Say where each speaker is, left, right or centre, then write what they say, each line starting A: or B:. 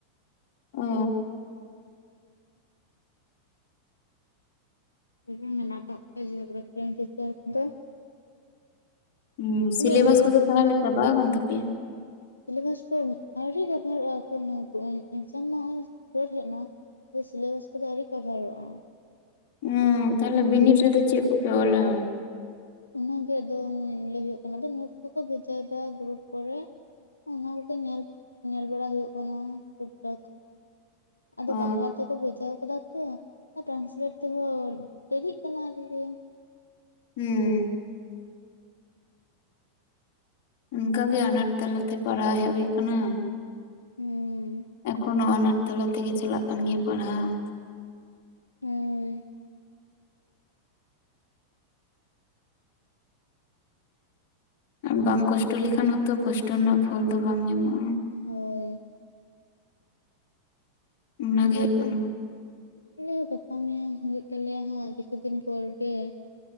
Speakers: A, on the left; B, on the left.
A: ᱚ ᱾
B: ᱪᱷᱚᱡᱚᱱ ᱢᱮᱱᱟᱜ ᱠᱟᱜ ᱠᱚᱣᱟ ᱡᱤᱭᱳᱜᱽᱨᱟᱯᱷᱤ ᱨᱮᱱ ᱴᱤᱪᱟᱨ ᱠᱚᱫᱚ ᱾
A: ᱦᱩᱸ, ᱥᱤᱞᱮᱵᱟᱥ
B: ᱟᱫᱚ ᱩᱱᱠᱩ
A: ᱠᱚᱫᱚ
B: ᱜᱮ
A: ᱛᱟᱦᱚᱞᱮ ᱪᱟᱵᱟ ᱟᱠᱟᱱ ᱛᱟᱯᱮᱭᱟ?
B: ᱥᱤᱞᱮᱵᱟᱥ ᱠᱚ ᱟᱹᱣᱨᱤ ᱠᱟᱵᱷᱟᱨᱚᱜᱼᱟ, ᱮᱠᱷᱚᱱ ᱮᱠᱡᱟᱢ ᱢᱟ ᱥᱩᱨ ᱦᱮᱡ ᱮᱱᱟ ᱾ ᱥᱤᱞᱮᱵᱟᱥ ᱠᱚᱫᱚ ᱟᱹᱣᱨᱤ ᱠᱟᱵᱷᱟᱨᱚᱜᱼᱟ ᱾
A: ᱦᱩᱸ, ᱛᱟᱦᱚᱞᱮ ᱵᱤᱱᱤᱰ ᱨᱮᱫᱚ ᱪᱮᱫ ᱠᱚᱯᱮ ᱚᱞᱟ?
B: ᱚᱱᱟ ᱜᱮ ᱟᱫᱚ ᱞᱟᱹᱭ ᱦᱩᱭᱩᱜ ᱠᱟᱱᱟ, ᱟᱫᱚ ᱱᱤᱴᱥ ᱠᱚᱠᱚ ᱵᱷᱮᱡᱟᱭᱮᱫᱟ ᱜᱽᱨᱩᱯ ᱠᱚᱨᱮ ᱾ ᱚᱱᱟ ᱠᱚᱜᱮ ᱧᱮᱞ ᱧᱮᱞ ᱵᱟᱲᱟ ᱦᱩᱭᱩᱜ ᱠᱟᱱᱟ ᱴᱩᱠ ᱴᱟᱠ ᱾ ᱟᱫᱚ
A: ᱚ
B: ᱵᱟᱝᱞᱟ ᱛᱮᱠᱚ ᱵᱷᱮᱡᱟ ᱠᱟᱫᱟ ᱛᱚ ᱾ ᱟᱨ ᱴᱨᱟᱱᱥᱞᱮᱴ ᱛᱮᱦᱚᱸ ᱫᱮᱨᱤᱜ ᱠᱟᱱᱟ ᱟᱨᱠᱤ ᱾
A: ᱦᱩᱸ ᱾ ᱚᱱᱠᱟ ᱜᱮ ᱟᱱᱟᱴ ᱛᱟᱞᱟ ᱛᱮ ᱯᱟᱲᱦᱟᱣ ᱦᱮᱡ ᱦᱩᱭ ᱟᱠᱟᱱᱟ ᱾
B: ᱦᱩᱸ ᱾
A: ᱮᱠᱷᱚᱱᱳ ᱟᱱᱟᱴ ᱛᱟᱞᱟ ᱛᱮᱜᱮ ᱪᱟᱞᱟᱜ ᱠᱟᱱ ᱜᱮᱭᱟ ᱯᱟᱲᱦᱟᱣ ᱾
B: ᱦᱳᱭ
A: ᱟᱨ ᱵᱟᱝ ᱠᱚᱥᱴᱚ ᱞᱮᱠᱷᱟᱱ ᱦᱚᱸᱛᱚ ᱠᱚᱥᱴᱚ ᱨᱮᱱᱟᱜ ᱯᱷᱚᱞ ᱫᱚ ᱵᱟᱝ ᱧᱟᱢᱚᱜᱼᱟ ᱾
B: ᱦᱳᱭ ᱾
A: ᱚᱱᱟᱜᱮ
B: ᱟᱞᱮ ᱦᱳ
A: ᱦᱩᱭᱩᱜ ᱠᱟᱱᱟ
B: ᱟᱞᱮ ᱦᱚ ᱜᱟᱯᱟ ᱢᱮᱭᱟᱝ ᱦᱩᱭᱩᱜ ᱛᱟᱞᱮᱭᱟ ᱦᱟᱸᱜ ᱠᱤᱪᱷᱩ ᱫᱤᱱ ᱯᱚᱨ ᱜᱮ ᱾